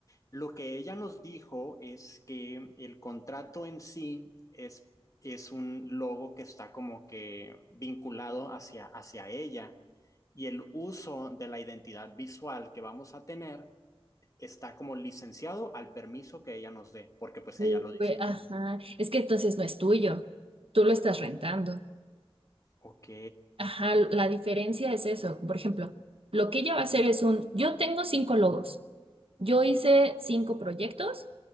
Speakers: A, on the left (about 35°); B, on the right (about 65°).
A: Lo que ella nos dijo es que el contrato en sí es, es un logo que está como que vinculado hacia, hacia ella y el uso de la identidad visual que vamos a tener está como licenciado al permiso que ella nos dé, porque pues
B: Uy,
A: ella lo diseñó.
B: ajá. Es que entonces no es tuyo, tú lo estás rentando.
A: Ok.
B: Ajá, la diferencia es eso. Por ejemplo, lo que ella va a hacer es un, yo tengo cinco logos. Yo hice cinco proyectos